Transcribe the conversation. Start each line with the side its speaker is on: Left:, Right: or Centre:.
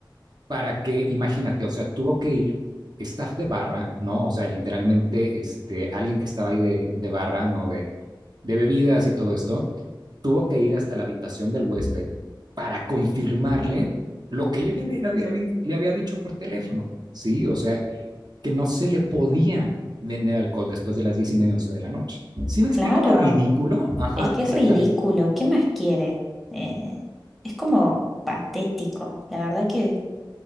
Right: para que, imagínate, o sea, tuvo que ir staff de barra, ¿no? O sea, literalmente, este, alguien que estaba ahí de, de barra, ¿no? De, de bebidas y todo esto, tuvo que ir hasta la habitación del huésped para confirmarle lo que yo ya le, le había, le había dicho por teléfono, ¿sí? O sea, que no se le podía vender alcohol después de las diez y media, once de la noche. ¿Sí me explico
Centre: Claro,
Right: lo ridículo? Ajá,
Centre: es que
Right: exactamente.
Centre: es ridículo. ¿Qué más quiere? Eh, es como patético. La verdad que